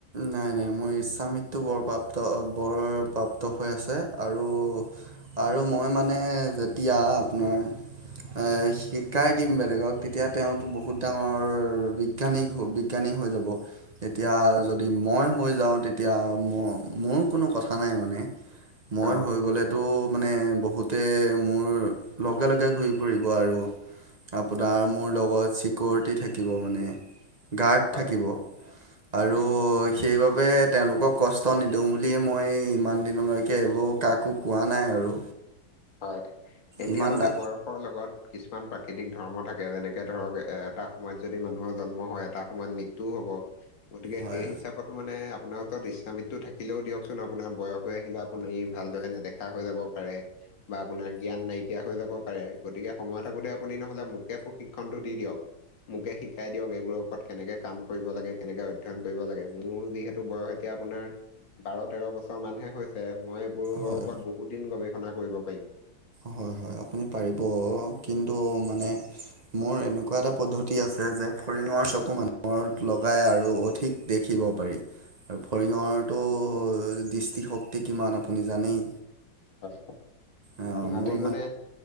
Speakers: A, on the right; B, on the left.
A: নাই-নাই মোৰ ইচ্ছামৃত বৰ প্ৰাপ্ত বৰ প্ৰাপ্ত হৈ আছে আৰু-আৰু মই মানে যেতিয়া আপোনাৰ আ শিকাই দিম বেলেগক তেতিয়া তেওঁতো বহুত ডাঙৰ বি বিজ্ঞানিক হ‌ও বিজ্ঞানিক হৈ যাব, তেতিয়া
B: হয়।
A: মই হৈ যাওঁ তেতিয়া ম মোৰ কোনো কথা নাই মানে। মই
B: অ
A: হৈ গ'লেতো মানে বহুতে মোৰ লগে-লগে ঘৰিব আৰু। আপোনাৰ মোৰ লগত চিকিঅৰতি থাকিব থাকিব মানে, গাৰ্ড
B: হয়
A: থাকিব। আৰু
B: হয়
A: ত' সেইবাবে তেওঁলোকক কষ্ট নিদিওঁ বুলিয়ে মই ইমান দিনলৈকে এইবোৰ কাকো একো কোৱা নাই আৰু।
B: হয়। এতিয়া
A: ইমান
B: মানে
A: দা
B: বয়সৰ লগত কিছুমান প্ৰাকৃতিক ধৰ্ম থাকে যেনেকে ধৰক এ এটা সময়ত যদি মানুহৰ জন্ম হয়, এটা সময়ত মৃত্যু টো হ'ব গতিকে
A: হয়
B: সেই হিচাপ তো মানে আপোনাৰ ওচৰত ইচ্ছা মৃত্যু থাকিলেও দিয়কচোন আপোনাৰ বয়স হৈ আহিলে আপুনি ভালদৰে নেদেখা হৈ যাব পাৰে। বা আপোনাৰ জ্ঞান নাইকিয়া হৈ যাব পাৰে, গতিকে সময় থাকোতে আপুনি নহলে মোকে প্ৰশিক্ষণটো দি দিয়ক। মোকে শিকাই দিয়ক এইবোৰক ক'ত কেনেকে কাম কৰিব লাগে কেনেকে অধ্যয়ন কৰিব লাগে, মোৰ যিহেতু বয়স এতিয়া আপোনাৰ বাৰ তেৰ বছৰ মানহে হৈছে মই এইবোৰৰ
A: হয়
B: ওপৰত
A: হয়
B: বহুত দিন গৱেষণা কৰিব পাৰিম।
A: হয়- হয়, আপুনি পাৰিব, কিন্তু মানে মোৰ এনেকুৱা এটা পদ্ধ তি আছে যে, ফৰিঙৰ চকু মানুহৰ লগাই আৰু অধিক দেখিব পাৰি। আৰু ফৰিঙৰটো দৃষ্টিশক্তি কিমান আপুনি জানেই।
B: হয়- হয়,
A: অ
B: সিহঁতি
A: মোৰ
B: মানে